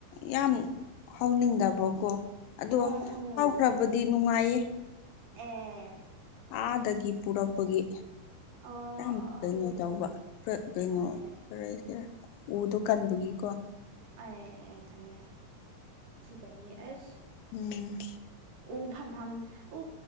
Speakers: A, on the left; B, on the right.
A: ꯌꯥꯝ ꯍꯥꯎꯅꯤꯡꯗꯕꯀꯣ ꯑꯗꯣ
B: ꯎꯝ ꯎꯝ
A: ꯍꯥꯎꯈ꯭ꯔꯕꯗꯤ ꯅꯨꯡꯉꯥꯏꯌꯦ
B: <unintelligible>
A: ꯑꯥꯗꯒꯤ ꯄꯨꯔꯛꯄꯒꯤ
B: ꯑꯣ
A: ꯌꯥꯝ
B: ꯑꯣ
A: ꯀꯩꯅꯣ
B: ꯑꯣ ꯎ
A: ꯇꯧꯕ
B: ꯎ
A: ꯀꯩꯅꯣ
B: ꯑꯣ ꯑꯦ
A: ꯈꯔ ꯑꯦ ꯎꯗꯣ ꯀꯟꯕꯒꯤꯀꯣ
B: ꯑꯦ ꯑꯦ ꯑꯦ ꯐꯩꯌꯦ ꯁꯤꯗꯗꯤ ꯑꯁ
A: ꯎꯝ
B: ꯎ ꯐꯝꯐꯝ ꯎ